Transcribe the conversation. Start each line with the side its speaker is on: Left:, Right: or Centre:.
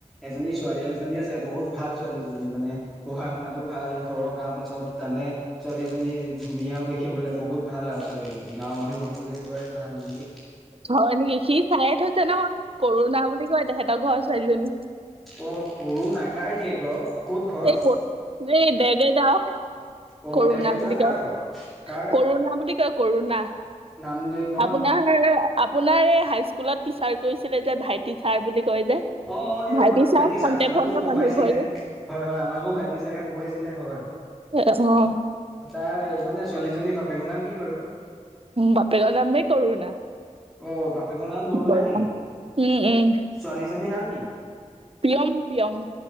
Centre: এজনী ছোৱালী এজনী আছে বহুত ভাল ছোৱালীজনী মানে পঢ়া শুনাতো, ভাল ঘৰৰ কাম চব জানে ছোৱালীজনী ধুনীয়াও দেখি দেখিবলে বহুত ভাল আও ছোৱালীজনী গাঁৱৰ মানুহে সকলোৱে কয় ভাল বুলি
Right: হয় নেকি সি চাইয়ে থৈছে নহয় কৰুণা বুলি কয় তেহেঁতৰ ঘৰৰ ছোৱালীজনী
Centre: অ কৰো নাই কাৰ জীয়েক বাৰু ক'ত ঘৰ
Right: সেই ক'ত এই বেগে গাওঁ
Centre: অ
Right: কৰুণা
Centre: ডেৰগাঁও গাঁও
Right: বুলি কয়,
Centre: কাৰ বাৰু কাৰ
Right: কৰুণা বুলি কয়, কৰুণা।
Centre: নাম দিল
Right: আপোনাৰ আপোনাৰ এই হাইস্কুলত টিচাৰ কৈছিলে যে ভাই টিচাৰ বুলি কয়, যে
Centre: অ এই
Right: ভাইটি
Centre: আমাৰ
Right: চাৰ ফন্টে
Centre: ছাৰ আমাকো
Right: ফন্টে
Centre: পঢ়ুৱাইছিলে
Right: মানুহ ঘৰ যে
Centre: হয় হয় আমাকো ভাইটি চাৰে পঢ়োৱাইছিলে হয়।
Right: অ
Centre: তাইৰ মানে ছোৱালীজনীৰ বাপেকৰ নাম কি বাৰু
Right: বাপেকৰ নামেই কৰুণা
Centre: অ বাপেকৰ নাম গৰুনা
Right: বৰা।
Centre: নেকি,
Right: উম
Centre: ছোৱালীজনীৰ
Right: উম
Centre: নাম কি?
Right: প্ৰিয়ম প্ৰিয়ম